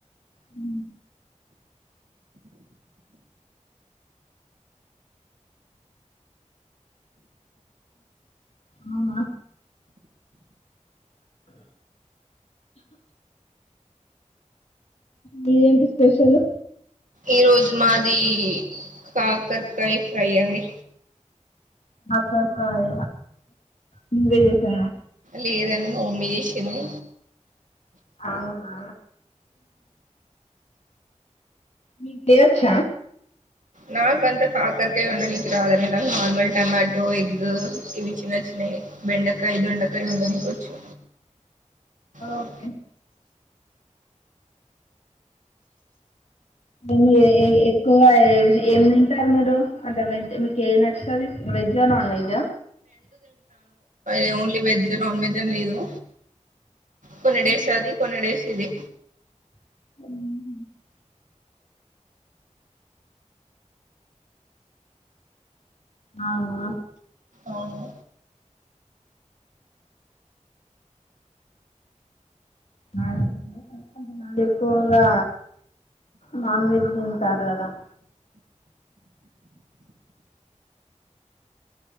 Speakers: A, on the left; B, on the right.
A: హ అవునా మేదేంటి స్పెషల్
B: ఈ రోజు మాది కాకరకాయ ఫ్రై అండి
A: కాకరకాయ మీరే చేసారా
B: లేదు అండి మా మమ్మీ చేసింది
A: అవునా మీకు లేవొచ్చ
B: నాక అంత సాకర్ ఉండ నీకు రాద నార్మల్ టమాటో ఎగ్ ఇవి చిన్న చిన్న బెండకాయ్ దొండ <unintelligible> వండనికొచ్చు అవు
A: ఓకే మీ ఎక్కువ ఏం తింటారు మీరు అంటే వింటే మీకు ఏవి నచతది వెజ్జా నాన్ వెజ్జా
B: ఏముంది వెజ్ నాన్ వెజ్ అని లేదు కొన్ని డేస్ అది కొన్ని డేస్ ఇది
A: <unintelligible> ఆ ఆ
B: అవును
A: నా దోను <unintelligible> ఎక్కువగా నాన్ వెజ్ తింటారు కదా. <inaudible>